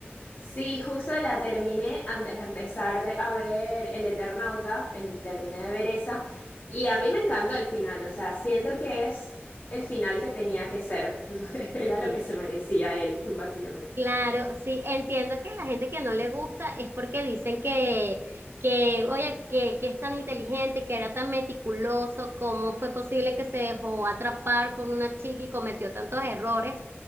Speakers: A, on the left; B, on the right.
A: Sí, justo la terminé antes de empezar de- a ver El Eternauta, em, terminé de ver esa, y a mí me encantó el final, o sea, siento que es el final que tenía que ser, <laughs> era
B: Sí.
A: lo que se merecía él, <laughs> básicamente.
B: Claro, sí, entiendo que la gente que no le gusta es porque dicen que, que oye, que, que es tan inteligente, que era tan meticuloso, cómo fue posible que se dejó atrapar por una chica y cometió tantos errores.